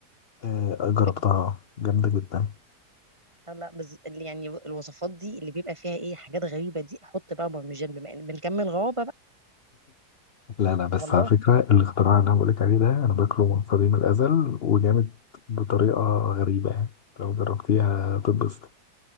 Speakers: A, on the left (about 50°); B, on the right (about 15°).
A: آه جربتها
B: بجد
A: جامدة جدا
B: لا لا، بز... اللي يعني الوصفات دي اللي بيبقى فيها ايه حاجات غريبه دي احط بقى بارميجان بما ان بنكمل غرابه بقى
A: لا لا بس
B: والله
A: على فكرة الاختراع اللي أنا بقولك عليه ده أنا باكله من قديم الأزل وجامد بطريقة غريبة يعني لو جربتيها هتتبسط